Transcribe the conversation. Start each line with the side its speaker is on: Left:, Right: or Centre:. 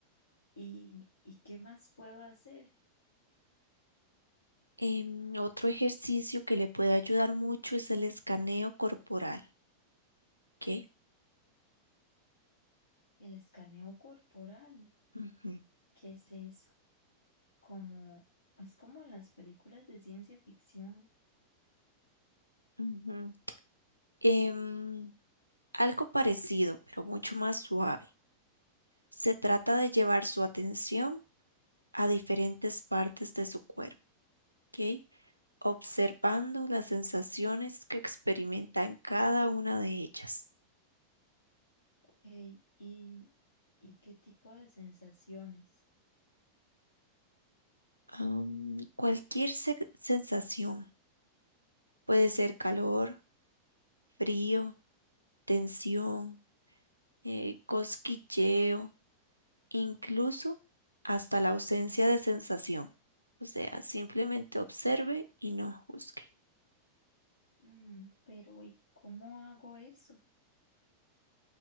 Left: ¿Y, y qué más puedo hacer?
Right: Em, otro ejercicio que le puede ayudar mucho es el escaneo corporal, ¿ok?
Left: El escaneo corporal.
Right: Ujú.
Left: ¿Qué es eso? Como, es como en las películas de ciencia ficción.
Right: Ujú. Em, algo parecido, pero mucho más suave. Se trata de llevar su atención a diferentes partes de su cuerpo, ¿ok? Observando las sensaciones que experimentan cada una de ellas.
Left: ok, ¿Y, y qué tipo de sensaciones?
Right: Am, cualquier se- sensación, puede ser calor, frío, tensión, eh, cosquilleo, incluso hasta la ausencia de sensación. O sea, simplemente observe y no juzgue.
Left: Mm, pero ¿y cómo hago eso?